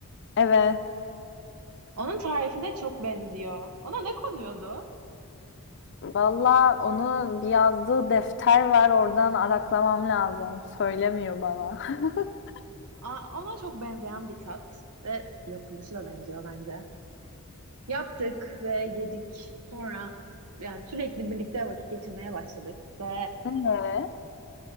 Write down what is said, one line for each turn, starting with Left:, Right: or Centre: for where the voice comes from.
Left: Evet.
Right: Onun tarifine çok benziyor. Ona ne konuyordu?
Left: Valla onu bir yazdığı defter var oradan araklamam lazım. Söylemiyor bana. <laughs>
Right: Aa, ona çok benzeyen bir tat ve yapılışı da benziyor bence. Yaptık ve yedik. Sonra yani sürekli birlikte vakit geçirmeye başladık ve
Left: Evet.